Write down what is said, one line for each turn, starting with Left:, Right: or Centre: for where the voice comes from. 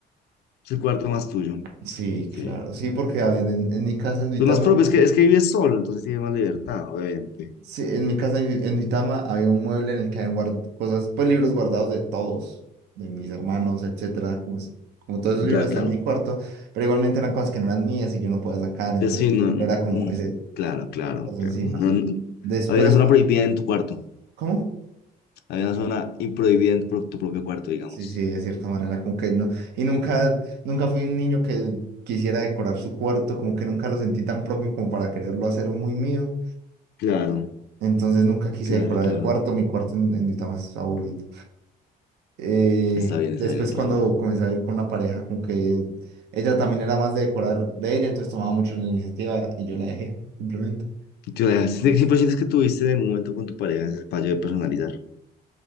Left: Es el cuarto más tuyo.
Right: Sí,
Left: Ok.
Right: claro, sí, porque a ver, en, en mi casa en Duitama
Left: Pues más propio, es que, es que vives solo, entonces tienes más libertad, obviamente.
Right: Sí, en mi casa en en Duitama había un mueble en el que habían guard- cosas, pues libros guardados de todos, de mis hermanos, etcétera. Como, s- como todos esos
Left: Ya,
Right: libros están
Left: claro.
Right: en mi cuarto, pero igualmente eran cosas que no eran mías y yo no podía sacar, entonces
Left: Pues sí, no,
Right: siempre
Left: mm,
Right: era como ese
Left: claro, claro,
Right: cosa
Left: claro.
Right: encima.
Left: No, no, no.
Right: Después,
Left: Había una zona
Right: cuando,
Left: prohibida en tu cuarto.
Right: ¿cómo?
Left: Había una zona y prohibida en tu, pro- tu propio cuarto, digamos.
Right: Sí, sí, de cierta manera, como que no. Y nunca, nunca fui un niño que quisiera decorar su cuarto, como que nunca lo sentí tan propio como para quererlo hacer muy mío.
Left: Claro,
Right: Entonces nunca quise
Left: claro,
Right: decorar
Left: claro.
Right: el cuarto, mi cuarto en, en Duitama es aburrido. Eh,
Left: Está bien,
Right: después
Left: está bien, entiendo.
Right: cuando comencé a ir con una pareja, como que ella también era más de decorar de ella, entonces tomaba mucho la iniciativa y yo la dejé, simplemente.
Left: Y tú, eh, ¿sí- siempre sientes que tuviste en algún momento con tu pareja ese fallo de personalizar